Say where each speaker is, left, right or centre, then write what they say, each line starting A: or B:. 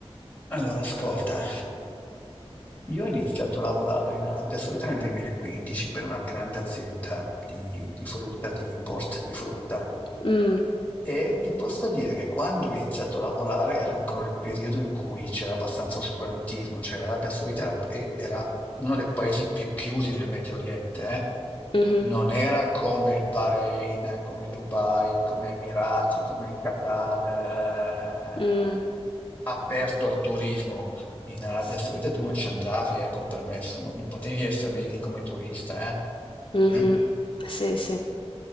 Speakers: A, on the left (about 15°); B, on the left (about 50°).
A: allora ascolta, io ho iniziato a lavorare in Arabia Saudita nel 2015 per una grande azienda di, di frutta, di import di frutta.
B: Mh,
A: E ti posso dire che quando ho iniziato a lavorare era ancora il periodo in cui c'era abbastanza oscurantismo, cioè l'Arabia Saudita era, e- era uno dei paesi più chiusi del Medio Oriente, eh.
B: mh-mh,
A: Non era come il Bahrain, come Dubai, come Emirati, come il Qatar,
B: mh.
A: eh, aperto al turismo. In Arabia
B: S
A: Saudita tu non ci andavi, eh, col permesso, non, non potevi essere lì come turista, eh.
B: mh-mh.
A: Mm?
B: Sì, sì.